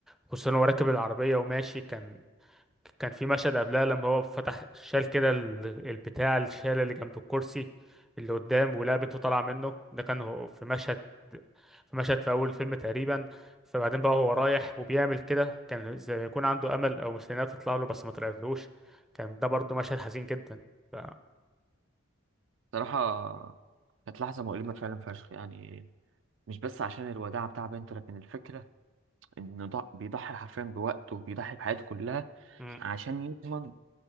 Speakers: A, in the centre; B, on the right.
A: خصوصا هو راكب العربية وماشي كان كان في مشهد قبلها لما هو فتح شال كده ال- البتاع الشال اللي جنب الكرسي اللي قدام ولقى بنته طالعة منه ده كان هو في مشهد في مشهد في أول فيلم تقريبا فبعدين بقى هو رايح وبيعمل كده كان زي ما يكون عنده أمل أو مستنيها تطلع له بس ما طلعتلوش كان ده برضه مشهد حزين جدا ف...
B: صراحة كانت لحظة مؤلمة فعلا فشخ يعني مش بس عشان الوداع بتاع بنته لكن الفكرة إنه ضع- بيضحي حرفيا بوقته وبيضحي بحياته كلها
A: مم.
B: عشان يضمن